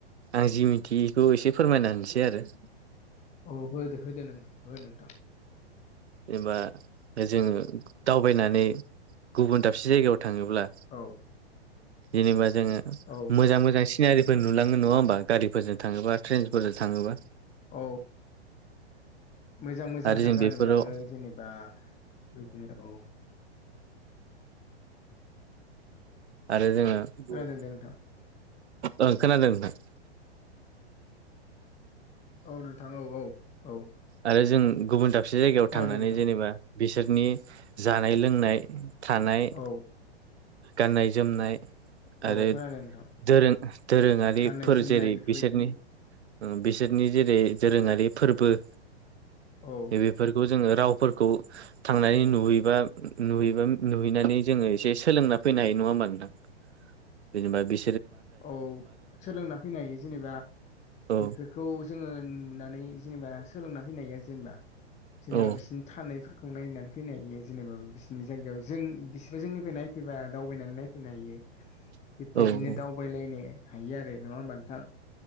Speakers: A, on the right; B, on the left.
A: आं जि मिथियिखौ एसे फोरमायना होनोसै आरो।
B: अ होदो होदो नों हो नोंथां
A: जेनबा जोङो दावबायनानै गुबुन दाबसे जायगायाव थाङोब्ला
B: औ
A: जेनेबा जोङो
B: औ
A: मोजां मोजां सिनारि नुलाङो नङा होमबा गारिफोरजों थाङोबा ट्रेनफोरजों थाङोबा।
B: औ मोजां मोजां
A: आरो
B: जागा
A: जों बेफोराव
B: नुलाङो जेनेबा बिदिनो औ
A: आरो जोंङो
B: खोनादों दे नोंथां
A: ओ खोनादों नोंथां
B: औ नोंथां औ औ औ
A: आरो जों गुबुन दाबसे जायगायाव
B: खोनादों
A: थांनानै
B: नोंथां
A: जेनेबा बिसोरनि जानाय लोंनाय थानाय
B: औ
A: गाननाय जोमनाय। आरो
B: औ खोनादों नोंथां
A: दोरों दोरोङारिफोर
B: गाननाय जोमनाय
A: जेरै
B: बेफोरबायदि
A: बिसोरनि बिसोरनि जेरै दोरोङारि फोरबो।
B: औ।
A: बेफोरखौ जोङो रावफोरखौ थांनानै
B: औ
A: नुहैबा नुहैबा नुहैनानै जोंङो एसे सोलोंना फैनो हायो नङा होमबा नोंथां जेनेबा बि
B: औ सोलोंना फैनो हायो जेनेबा
A: औ
B: बेखो खौ जोंङो नुनानै जेनेबा सोलोंना फैनो हायो जेनेबा जेनेबा
A: औ
B: बिसोरनि थानाय खौ नायनानै फैनो हायो जेनेबा बिसोरनि जायगायाव जों बिसोरो जोंनिफ्राय नायफैबा दावबायनानै नायफैनो हायो।
A: <inaudible>
B: बेबायदिनो
A: औ
B: दावबायलायनो हायो आरो नङा होमबा नोंथां।